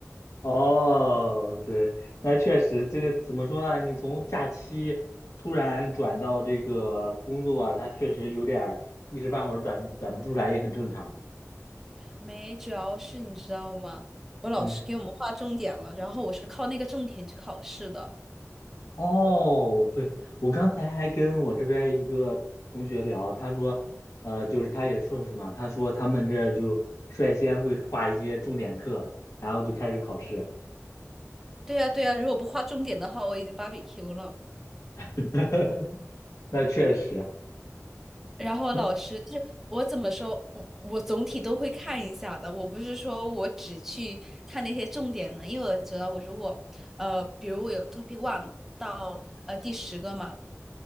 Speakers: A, on the left; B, in the centre.
A: 哦，对，那确实，这个怎么说呢？你从假期突然转到这个工作啊，它确实有点儿一时半会儿转转不出来，也很正常。
B: 没，主要是你知道吗？我老师给我们划重点了，
A: 嗯。
B: 然后我是靠那个重点去考试的。
A: 哦，对，我刚才还跟我这边一个同学聊，他说，呃，就是他也硕士嘛，他说他们这就率先会画一些重点课，然后就开始考试。
B: 对呀，对呀，如果不划重点的话，我已经芭比 Q 了。
A: <laughs> 那确实，
B: 然后老师就是我怎么说，
A: 那
B: 我我总体都会看一下的。我不是说我只去看那些重点的，因为我觉得我如果呃，比如我有 topic one 到呃第十个嘛，